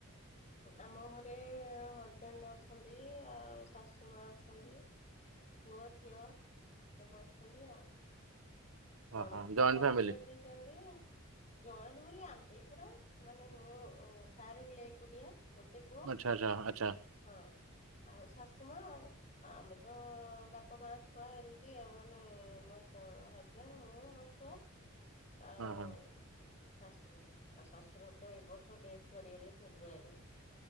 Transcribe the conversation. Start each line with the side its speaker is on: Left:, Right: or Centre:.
Left: ଆମ ଘରେ ହଜବେଣ୍ଡ ଅଛନ୍ତି ଆଉ ଶାଶୁ ମା ଅଛନ୍ତି। ପୁଅ ଝିଅ ସବୁ ଅଛନ୍ତି ଆଉ। ନଣନ୍ଦ
Right: ଓହୋ
Left: ତ
Right: ଜଏଣ୍ଟ
Left: ମ୍ୟାରେଜ
Right: ଫ୍ୟାମିଲି
Left: କରିଯାଇଛନ୍ତି। ଜଏଣ୍ଟ ବୋଲି ଆମେ ଏଇ ପରା ମାନେ ମୁଁ ଉଁ ସାର୍ ହେଲେ ଏକୁଟିଆ ଗୋଟେ ପୁଅ
Right: ଆଚ୍ଛା ଆଚ୍ଛା ଆଚ୍ଛା
Left: ହଁ। ଆଉ ଶାଶୂମା ଆଉ। ଆମେ ତ ବାପ ମା ଛୁଆ ଏମତି ଆଉ ମାନେ ମୋ ଶା ମୋ ହଜବ୍ୟାଣ୍ଡ, ମୁଁ, ମୋ ଛୁଆ। ଆଉ
Right: ହଁ ହଁ
Left: ଏ ଶାଶୂ ମା। ଆଉ ଶ୍ୱଶୁର ତ ଏ ବର୍ଷ ଡେଥ୍ କରିଗଲେ ଫେବୃଆରୀରେ।